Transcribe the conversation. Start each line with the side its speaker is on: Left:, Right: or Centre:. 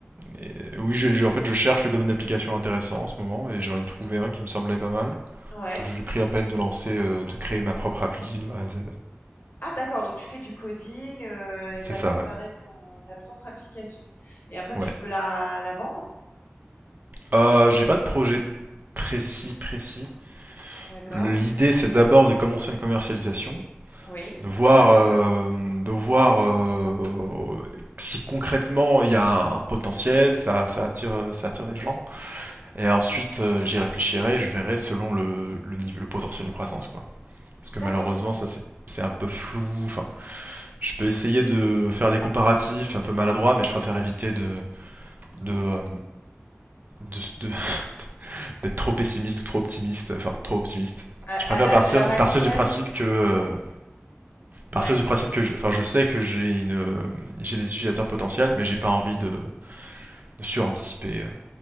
Right: et- oui j'ai j'ai- en fait je cherche les domaines d'application intéressants en ce moment et j'en ai trouvé un qui me semblait pas mal.
Left: Ouais.
Right: Donc j'ai pris la peine de lancer euh, de créer ma propre appli de A à Z.
Left: Ah d'accord, donc tu fais du coding, euh,
Right: C'est
Left: et t'as
Right: ça
Left: préparé
Right: ouais.
Left: ton, ta propre application. Et après, tu
Right: Ouais.
Left: veux la, la vendre?
Right: Euh, j'ai pas de projet précis précis.
Left: D'accord.
Right: L'idée c'est d'abord de commencer une commercialisation
Left: Oui.
Right: de voir, euh, de voir euh, si concrètement il y a un potentiel, ça, ça, attire, euh, ça attire des gens.
Left: Mhm.
Right: Et ensuite, euh, j'y réfléchirai je verrai selon le, le niveau, le potentiel de croissance, quoi. Parce que malheureusement,
Left: D'accord.
Right: ça c'est c'est un peu flou. Enfin, je peux essayer de faire des comparatifs un peu maladroits, mais je préfère éviter de de euh, de- de- <laughs> de d'être trop pessimiste ou trop optimiste. Enfin, trop optimiste.
Left: À,
Right: Je préfère
Left: à la-
Right: partir
Left: à l'heure actuelle?
Right: partir du principe que euh, partir
Left: Ouais.
Right: du principe que je, enfin, je sais que j'ai une, j'ai des utilisateurs potentiels, mais j'ai pas envie de, de suranticiper. euh,